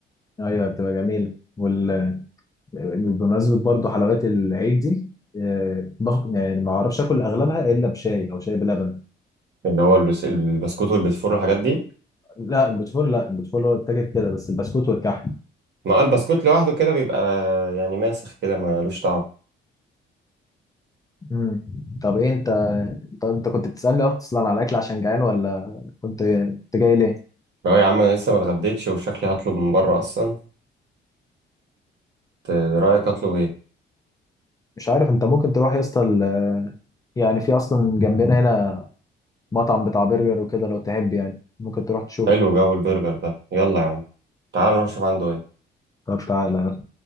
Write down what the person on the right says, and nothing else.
اللي هو البس... البسكوت والبيتفور والحاجات دي
ما البسكوت لوحده كده بيبقى يعني ماسخ كده ملوش طعم
اه يا عم أنا لسه ما اتغديتش وشكلي هطلب من بره أصلا ت- رأيك أطلب إيه؟
حلو جو البرجر ده يلا يا عم تعال نروح نشوف عنده إيه